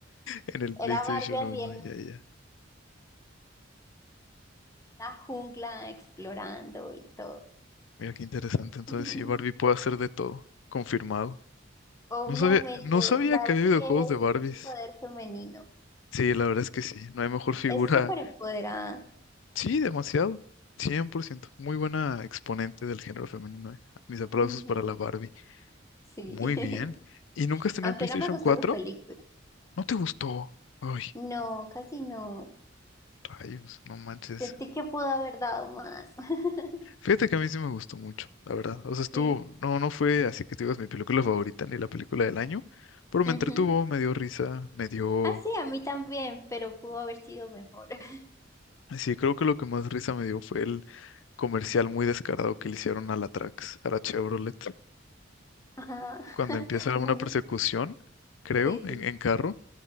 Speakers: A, on the left; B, on the left.
A: en el
B: Era
A: PlayStation
B: Barbie así
A: uno,
B: en
A: ya, ya.
B: la jungla explorando y todo.
A: Mira qué interesante. Entonces,
B: <laughs>
A: sí, Barbie puede hacer de todo. Confirmado.
B: Obviamente,
A: No sabía, no sabía
B: Barbie
A: que había videojuegos de
B: es
A: Barbies.
B: poder femenino.
A: Sí, la verdad es que sí. No hay mejor figura.
B: Es súper empoderada.
A: Sí, demasiado. 100%. Muy buena exponente del género femenino. eh. Mis aplausos
B: Ujú,
A: para la Barbie.
B: Sí,
A: Muy
B: <laughs>
A: bien. ¿Y nunca has tenido
B: aunque
A: el PlayStation
B: no me gustó
A: 4?
B: su película.
A: ¿No te gustó? Ay.
B: No, casi no.
A: Rayos, no manches.
B: Sentí que pudo haber dado más. <laughs>
A: Fíjate que a mí sí me gustó mucho, la verdad. O sea, estuvo,
B: Sí.
A: no, no fue así que te digas mi película favorita ni la película del año, pero me
B: Ujú.
A: entretuvo, me dio risa, me dio...
B: Ah, sí, a mí también, pero pudo haber sido mejor. <laughs>
A: Sí, creo que lo que más risa me dio fue el comercial muy descarado que le hicieron a la Trax, a la Chevrolet,
B: Ajá. <laughs>
A: cuando empieza
B: No
A: una
B: me...
A: persecución, creo,
B: Sí,
A: en,
B: sí.
A: en carro.